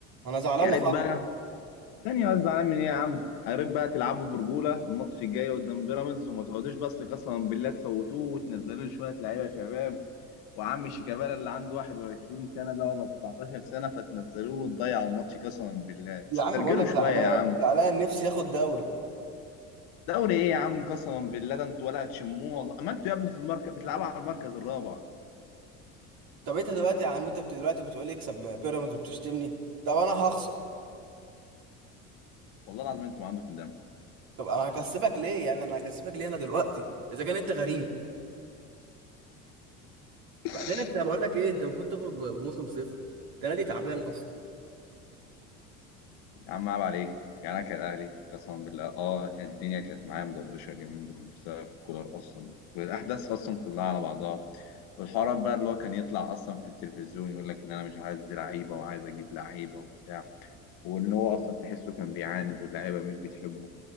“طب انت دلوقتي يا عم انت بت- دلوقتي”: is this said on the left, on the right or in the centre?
Right